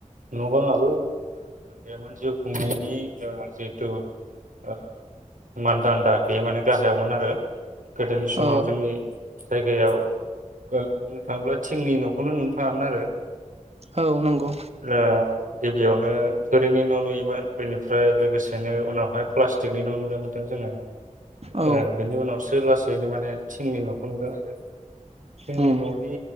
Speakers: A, on the right; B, on the right.
A: न' बाङाबो गैयामोन जिउ खुंनायनि ओ जिहेथु ओ मानदान्दा बे माने गाहायावमोन आरो। गोदोनि समा
B: औ
A: जोंनि जायगायाव ओ बुंनो थाङोब्ला थिंनि न'खौनो नुनो थाङामोन आरो।
B: औ नंगौ
A: ओ गिबियावनो थोरिनि न' नुयोमोन बेनिफ्राय लोगोसे बिदिनो उनावहाय प्लास्टिकनि न' नुनो मोन जोङो।
B: औ
A: ए बेनि उनावसोला सैनो माने थिंनि न'खौ नुदों आरो। जोंनि
B: उम
A: न'नि